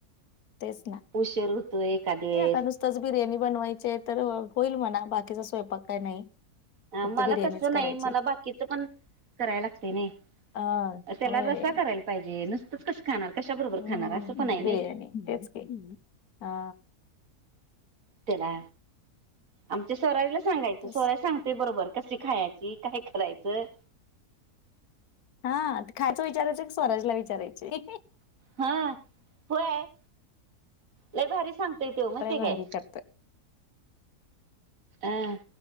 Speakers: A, on the left (about 70°); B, on the right (about 60°).
A: तेच ना,
B: उशीर होतोय एखाद वेळेस
A: हे आता नुसतंच बिर्याणी बनवायचे तर होईल म्हणा बाकीचा स्वयंपाक काय नाही.
B: अं
A: फक्त
B: मला
A: बिर्याणीच
B: तसं नाही
A: करायची
B: मला बाकीच पण करायला लागते नाही.
A: अ
B: त्याला
A: होय
B: रस्सा करायला पाहिजे नुसतंच कसं खाणार? कशा बरोबर
A: हम्म
B: खाणार असं पण आहे नाही
A: बिर्याणी तेच की, हा.
B: त्याला, आमच्या स्वराज ला सांगायचं
A: तेच
B: सोराय सांगते बरोबर. कशी खायची? काय करायचं?
A: हां खायचं विचारायचं की स्वराजला विचारायचे.
B: हां, होय, लय भारी सांग ते तेव महितेय
A: अरे भारी
B: काय?
A: करतोय
B: अं,